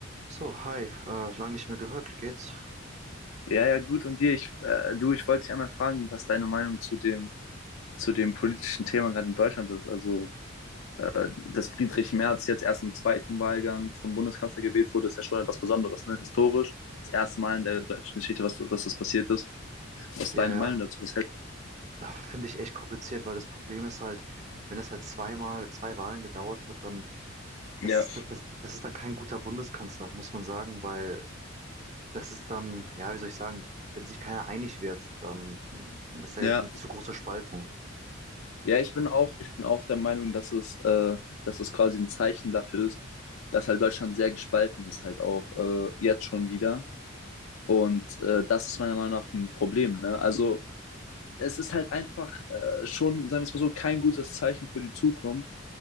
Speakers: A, on the right (about 35°); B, on the left (about 75°).
A: So, hi, äh, lang nicht mehr gehört, wie geht's?
B: Ja, ja, gut. Und dir, ich, äh, du, ich wollte dich einmal fragen, was deine Meinung zu dem, zu dem politischen Thema gerade in Deutschland ist. Also, äh, dass Friedrich Merz jetzt erst im zweiten Wahlgang zum Bundeskanzler gewählt wurde, ist ja schon etwas Besonderes, ne? Historisch. Das erste Mal in der deutschen Geschichte, was, dass das passiert ist. Was ist
A: Ja,
B: deine
A: ja,
B: Meinung dazu? Was hältst
A: Ach, finde ich echt kompliziert, weil das Problem ist halt, wenn es halt zweimal, zwei Wahlen gedauert hat, dann, das
B: du? Ja,
A: ist, das, das ist dann kein guter Bundeskanzler, muss man sagen, weil das ist dann, ja, wie soll ich sagen, wenn sich keiner einig wird, dann, dann ist da
B: ja.
A: jetzt eine zu große Spaltung.
B: Ja, ich bin auch, ich bin auch der Meinung, dass es, äh, dass es quasi ein Zeichen dafür ist, dass halt Deutschland sehr gespalten ist, halt auch äh, jetzt schon wieder. Und äh, das ist meiner Meinung nach ein Problem, ne? Also, es ist halt einfach äh, schon, sagen wir es mal so, kein gutes Zeichen für die Zukunft,